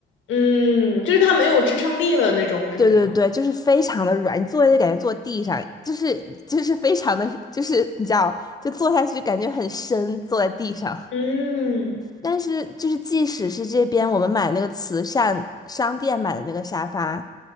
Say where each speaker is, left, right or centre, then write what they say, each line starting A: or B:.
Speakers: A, on the left; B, on the left.
A: 嗯，就是它没有支撑力了那种感觉嘛。
B: 对对对，就是非常的软，你坐下就感觉坐地上，就是就是非常的，就是你知道，就坐下去感觉很深，坐在地上。
A: 嗯
B: 但是就是即使是这边我们买那个慈善商店买的那个沙发，